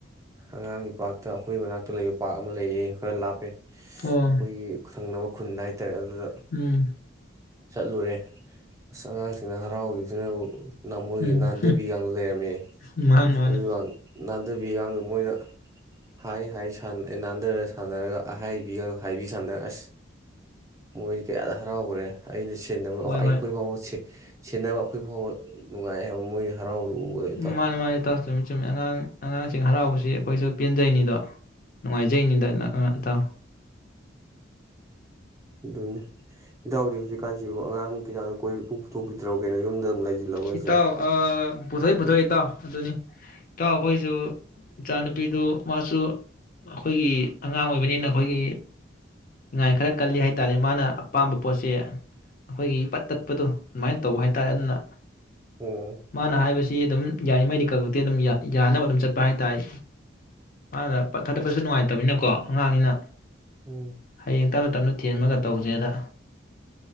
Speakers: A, on the right; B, on the left.
A: ꯑꯉꯥꯡꯒꯤ ꯄꯥꯛꯇ ꯑꯩꯈꯣꯏꯒꯤ ꯃꯅꯥꯛꯇ ꯂꯩꯕ ꯄꯥꯛ ꯑꯃ ꯂꯩꯌꯦ ꯈꯔ ꯂꯥꯞꯄꯦ
B: ꯑꯣ
A: ꯑꯩꯈꯣꯏꯒꯤ ꯊꯪꯅꯕ ꯈꯨꯟꯗꯥꯥꯏ ꯔꯦ ꯑꯗꯨꯗ
B: ꯎꯝ
A: ꯆꯠꯂꯨꯔꯦ ꯑꯁ ꯑꯉꯥꯡ ꯅ ꯍꯔꯥꯎꯈꯤꯕꯁꯤꯅ ꯃꯣꯏꯒꯤ
B: ꯎꯝ
A: ꯅꯥꯟꯊꯕꯤꯒꯗ ꯂꯩꯔꯝꯃꯦ
B: ꯃꯥꯅꯤ ꯃꯥꯅꯤ
A: ꯑꯗꯨꯒ ꯅꯥꯟꯊꯕꯤꯒꯗ ꯃꯣꯏꯅ ꯍꯥꯏ ꯍꯥꯏ ꯅꯥꯟꯊꯔꯒ ꯁꯥꯟꯅꯔꯒ ꯑꯍꯥꯏꯕꯤꯒꯅꯨ ꯍꯥꯏꯕꯤ ꯁꯥꯟꯅꯔ ꯑꯁ ꯃꯣꯏꯗꯤ ꯀꯌꯥꯗ ꯍꯔꯥꯎꯈ꯭ꯔꯦ ꯑꯩꯅꯟꯅꯕ
B: ꯍꯣꯏ ꯍꯣꯏ
A: ꯑꯩꯈꯣꯏ ꯐꯥꯎꯕ ꯁꯦꯟꯅꯕ ꯑꯩꯈꯣꯏ ꯐꯥꯎꯕ ꯅꯨꯡꯉꯥꯏ ꯍꯥꯏꯕ ꯃꯣꯏ ꯍꯔꯥꯎꯕꯗ ꯎꯕꯗ ꯏꯇꯥꯎ
B: ꯃꯥꯅꯦ ꯃꯥꯅꯦ ꯇ ꯇꯃꯤ ꯆꯨꯝꯃꯤ ꯑꯉꯥꯡ ꯑꯉꯥꯡꯁꯤꯡ ꯍꯔꯥꯎꯕꯁꯤ ꯑꯩꯈꯣꯏꯁꯨ ꯄꯦꯟꯖꯩꯅꯤꯗꯣ ꯅꯨꯡꯉꯥꯏꯖꯩꯅꯤꯗ ꯏꯇꯥꯎ
A: ꯑꯗꯨꯅꯦ ꯏꯇꯎꯗꯤ ꯍꯧꯖꯤꯛꯀꯥꯟꯁꯤꯕꯨ ꯑꯉꯥꯡ ꯀꯩꯀꯅꯣꯏ ꯄꯨꯊꯣꯛꯄꯤꯗ꯭ꯔꯕ ꯀꯩꯅꯣ ꯌꯨꯝꯗ ꯑꯗꯨꯝ ꯂꯩꯁꯤꯜꯂꯕꯣ ꯍꯥꯏꯁꯦ
B: ꯏꯇꯥꯎ ꯄꯨꯊꯣꯛꯏ ꯄꯨꯊꯣꯛꯏ ꯏꯇꯥꯎ ꯑꯗꯨꯅꯤ ꯏꯇꯥꯎ ꯑꯩꯈꯣꯏꯁꯨ ꯏꯆꯥꯅꯨꯄꯤꯗꯨ ꯃꯥꯁꯨ ꯑꯩꯈꯣꯏꯒꯤ ꯑꯉꯥꯡ ꯑꯣꯏꯕꯅꯤꯅ ꯑꯩꯈꯣꯏꯒꯤ ꯏꯉꯥꯏ ꯈꯔ ꯀꯜꯂꯤ ꯍꯥꯏꯇꯥꯔꯦ ꯃꯥꯅ ꯑꯄꯥꯝꯕ ꯄꯣꯠꯁꯦ ꯑꯩꯈꯣꯏꯒꯤ ꯄꯠ ꯇꯠꯄꯗꯣ ꯑꯗꯨꯃꯥꯏꯅ ꯇꯧꯕ ꯍꯥꯏꯇꯥꯔꯦ ꯑꯗꯨꯅ
A: ꯑꯣ
B: ꯃꯥꯅ ꯍꯥꯏꯕꯁ ꯁꯤ ꯑꯗꯨꯝ ꯌꯥꯔꯤꯉꯩꯗꯤ ꯀꯛ ꯈꯛꯇꯦ ꯑꯗꯨꯝ ꯌꯥꯅꯕ ꯑꯗꯨꯝ ꯆꯠꯄ ꯍꯥꯏꯇꯥꯔꯦ ꯃꯥꯅ ꯄꯠ ꯊꯥꯗꯕꯁꯨ ꯅꯨꯡꯉꯥꯏꯇꯕꯅꯤꯅꯀꯣ ꯑꯉꯥꯡꯅꯤꯅ
A: ꯎꯝ
B: ꯍꯌꯦꯡ ꯇꯞꯅ ꯇꯞꯅ ꯊꯦꯟꯃꯒ ꯇꯧꯖꯦꯗ